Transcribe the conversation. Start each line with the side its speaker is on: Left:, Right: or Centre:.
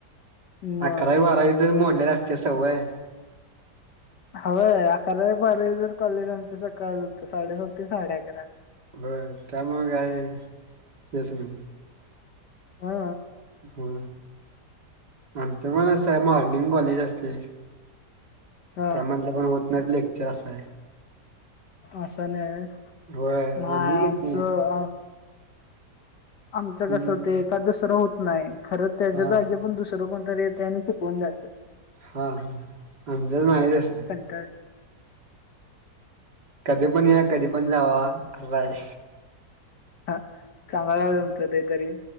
Left: मग
Right: अकरा बारा मोडले रस्ते सवय
Left: हय अकरा बारजच कॉलेज आमच्या सकाळ होतं साडेसात ते साडे अकरा
Right: हो त्यामु काय हेच नाही
Left: हा
Right: हो आमच पण अस आहे मर्निंग कॉलेज असते
Left: हा
Right: त्यामधलं पण होत नाही लेक्चर असं आहे
Left: असं नाही
Right: होय
Left: ना
Right: आम्ही किती
Left: आमचं आमचं
Right: हम्म
Left: कसं होते एखादसरं होत नाही खरं त्याच्या
Right: हा
Left: जागे पण दुस को य शिकून जात
Right: हा हा आमच्या माहीचच
Left: तर
Right: कधी पण या कधी पण जावा असं आहे
Left: ह चांगला झा तुमचं ते तरी